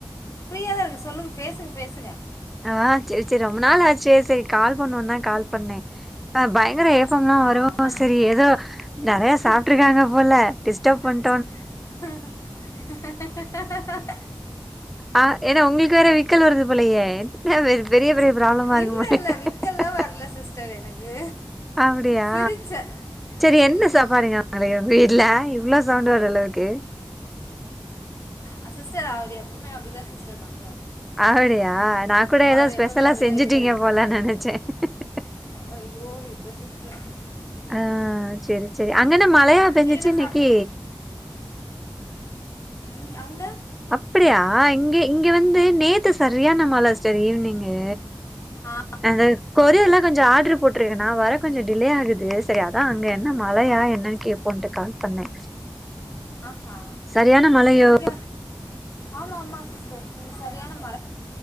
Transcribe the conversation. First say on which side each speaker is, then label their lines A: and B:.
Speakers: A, on the left; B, in the centre.
A: ஃப்ரீயா தா இருக்க சொல்லுங் பேசுங்க பேசுங்க
B: ஆஹ செரி செரி ரொம்ப நாள் ஆச்சு செரி கால் பண்ணுவோம்னு தான் கால் பண்ணேன் பயங்கர சத்தயெல்லா
A: ஆ
B: வரும்
A: ஆ ஆ.
B: சரி ஏதோ நெறைய சாப்பட்டுருக்காங்க போல டிஸ்டப் பன்
A: அஹ அஹ அஹ <inaudible>
B: ஆஹ் ஏன்னா உங்களுக்கு வேற விக்கல் வருது புளையே பெரிய பெரிய ப்ராப்ளமா இருக்கு
A: இல்ல
B: பல
A: இல்ல
B: ஹ்
A: விக்கல்லா
B: ஹ்
A: வரல
B: <inaudible>
A: சிஸ்டர் எனக்கு
B: அப்புடியா
A: சிரிச்சே
B: சேரி என்ன
A: ம்
B: சாப்பாடுங்க மதியு வீட்டுல இவ்ளோ சவுண்ட் வர அளவுக்கு
A: அ சிஸ்டர் அவரு எப்பமே அப்படிதான் சிஸ்டர் பண்
B: அப்படியா நான் கூட
A: அவரு
B: ஏதோ ஸ்பெஷலா
A: எப்பவுமே அப்டிதா
B: செஞ்சுட்டீங்க
A: விக்கல் எடுப்பாரு
B: போல நினைச்சேன் க்குங் க்குங்
A: <unintelligible>
B: ஆஹ் சேரி சேரி அங்கன மழையா பெஞ்சிச்சு
A: நீங்க என்ன
B: இன்னைக்கு
A: சாப்ட்டீங்க உம் அங்க
B: அப்படியா இங்க இங்க வந்து நேத்து சரியான மழை சிஸ்டர் ஈவினிங்கு
A: ஆ
B: அது <unintelligible> கொரியர்ல்லா கொஞ்சம் ஆட்ரு போட்டிருக்கன்னா வர கொஞ்சம் டிலே ஆகுது சரி அதான் அங்க என்ன மழையா என்னன்னு கேட்போன்னு கால் பண்ணே
A: ஆஹஹ
B: சரியான மழையோ
A: இங்க ஆமா ஆமா சிஸ்டர் இங்க சரியான மழை